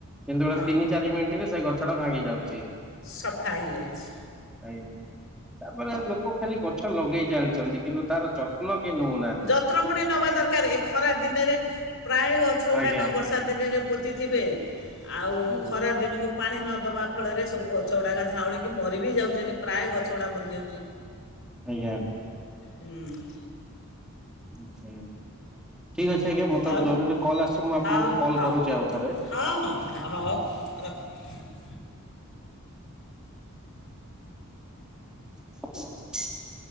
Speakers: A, in the centre; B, on the left (about 55°).
A: କିନ୍ତୁ ଗୋ
B: ହଁ
A: ତିନି ଚାରି ମିନିଟ ରେ ସେ ଗଛ ଟା ଭାଙ୍ଗି ଯାଉଛି।
B: ସଫା ହେଇଯାଉଛି।
A: ଆଜ୍ଞା ତାପରେ ଲୋକ ଖାଲି ଗଛ ଲଗେଇ ଚାଲିଛନ୍ତି। କିନ୍ତୁ ତାର ଯତ୍ନ ତ୍ନ କେହି ନେଉନାହିଁ।
B: ଯତ୍ନ ପୁଣି ନବା ଦରକାର, ଏ ଖରାପ ଦିନରେ ପ୍ରାୟ ଗଛ ଗୁଡାକ
A: ଆଜ୍ଞା
B: ବର୍ଷା ର୍ଷା ଦିନରେ ପୋତି ଥିବେ ଆଉ
A: ଆଜ୍ଞା
B: ଖରା ଦିନକୁ ପାଣି ନ ଦବା ଫଳରେ ସବୁ ଗଛ ଗୁଡ଼ାକ ଝାଉଁଳିକି ମରି ବି ଯାଉଛନ୍ତି, ପ୍ରାୟ ଗଛଗୁଡ଼ା ମରିଯାଉଛି।
A: ଆଜ୍ଞା।
B: ହୁଁ।
A: ଆଚ୍ଛା ଠିକ୍ ଅଛି ଆଜ୍ଞା, ମୋତେ
B: ଆଉ
A: ଗୋଟେ ଜରୁରୀ କଲ୍ ଆସୁଛି ମୁଁ ଆପଣଙ୍କୁ
B: ହଉ
A: କଲ୍
B: ହଉ
A: କରୁଛି ଆଉଥରେ।
B: ହଁ ହଁ ହଁ ହଉ ହଉ ରଖ ରଖ।
A: <inaudible>